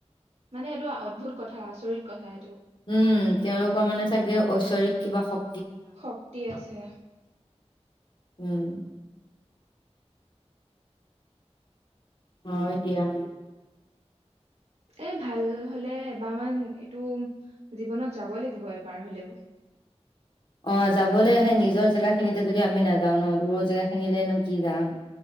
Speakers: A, on the right (about 70°); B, on the left (about 45°).
A: মানে এইটো অদ্ভুত কথা আচৰিত কথা এইটো
B: উম তেওঁলোকৰ মানে চাগে ঐশ্বৰিক কিবা শ
A: শক্তি আছে
B: উম হয় দিয়া
A: এ ভাল হলে এবাৰমান এইটো জীৱনত যাবই লাগিব এবাৰ হলেও
B: অ যাবলৈ আহে নিজৰ জেগা খিনিতে যদি আমি নাযাও ন দূৰৰ জেগা খিনিলেনো কি যাম